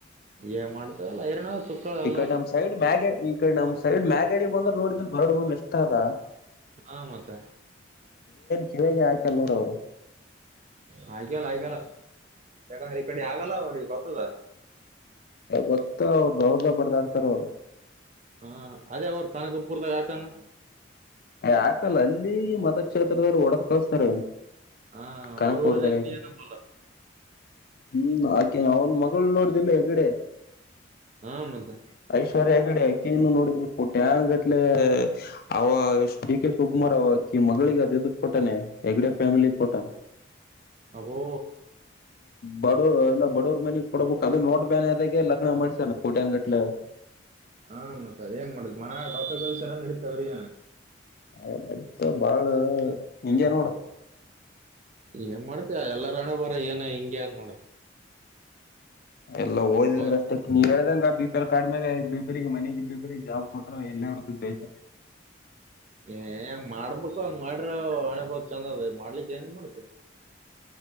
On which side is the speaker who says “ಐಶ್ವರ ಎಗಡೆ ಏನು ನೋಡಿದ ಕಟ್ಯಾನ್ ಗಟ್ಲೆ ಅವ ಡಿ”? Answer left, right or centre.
Left